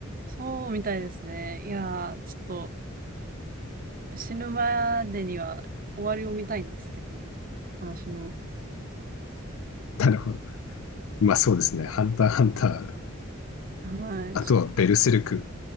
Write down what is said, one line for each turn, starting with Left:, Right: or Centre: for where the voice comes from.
Right: そうみたいですね。いやー、ちょっと死ぬまでには終わりを見たいんですけど、話の。
Left: なるほど。まあそうですね。ハンターハンター。
Right: はい。
Left: あとはベルセルク。
Right: ちょ